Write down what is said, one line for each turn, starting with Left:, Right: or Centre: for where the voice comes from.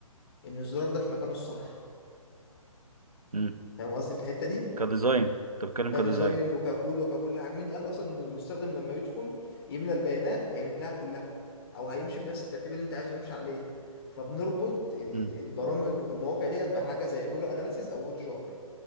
Left: إن الزرار ده في مكانه الصح
Right: امم
Left: فاهم قصدي في الحتة دي؟
Right: كديزاين انت بتتكلم
Left: كديزاين
Right: كديزاين
Left: وككود وككل حاجة مين قال أصلا إن المستخدم لما يدخل يملى البيانات هيملاها كلها أو هيمشي بنفس الترتيب اللي أنت عايزه يمشي عليه فبنربط ال-
Right: امم
Left: ال- البرامج والمواقع ديت بحاجة زي جوجل أناليسيز أو هوت جار